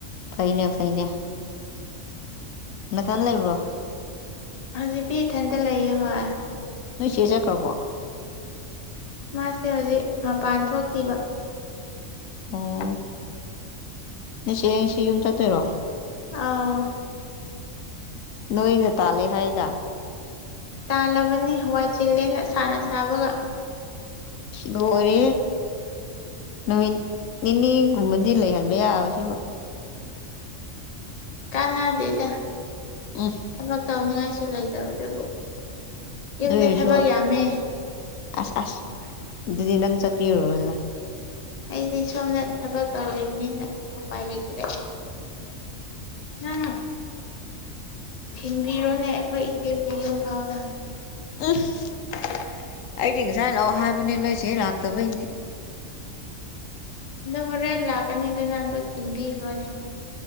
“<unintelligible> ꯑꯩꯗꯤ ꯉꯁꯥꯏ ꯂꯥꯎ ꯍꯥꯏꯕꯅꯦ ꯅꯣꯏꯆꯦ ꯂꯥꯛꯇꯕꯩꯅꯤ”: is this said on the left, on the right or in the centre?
Left